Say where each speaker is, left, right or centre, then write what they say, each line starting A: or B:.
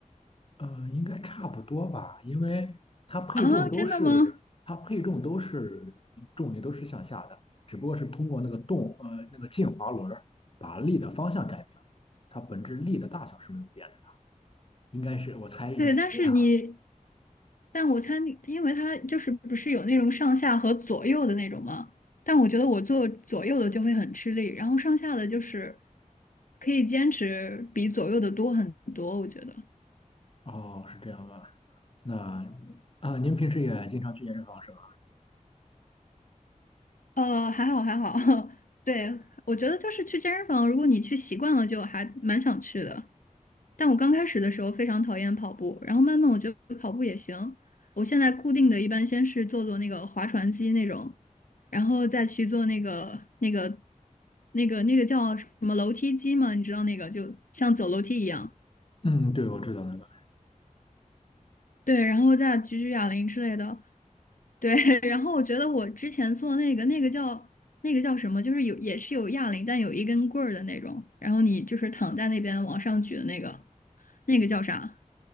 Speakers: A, on the left; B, on the left.
A: 呃，应该差不多吧，因为它配重都是
B: 啊！真的吗？
A: 它配重都是重力都是向下的，只不过是通过那个动呃那个进滑轮儿把力的方向改变了，它本质力的大小是没有变的，应该是我猜应该是这样。
B: 对，但是你，
A: <laughs>
B: 但我猜你，因为它就是不是有那种上下和左右的那种吗？但我觉得我做左右的就会很吃力，然后上下的就是可以坚持比左右的多很多，我觉得。
A: 哦，是这样吧？那啊，您平时也经常去健身房是吧？
B: 呃，还好还好，<laughs> 对，我觉得就是去健身房，如果你去习惯了，就还蛮想去的。但我刚开始的时候非常讨厌跑步，然后慢慢我觉得跑步也行。我现在固定的一般先是做做那个划船机那种，然后再去做那个那个那个那个叫什么楼梯机嘛，你知道那个就像走楼梯一样。
A: 嗯，对，我知道那个，
B: 对，然后再举举哑铃之类的。对，<laughs> 然后我觉得我之前做那个那个叫那个叫什么，就是有也是有哑铃，但有一根棍儿的那种，然后你就是躺在那边往上举的那个，那个叫啥？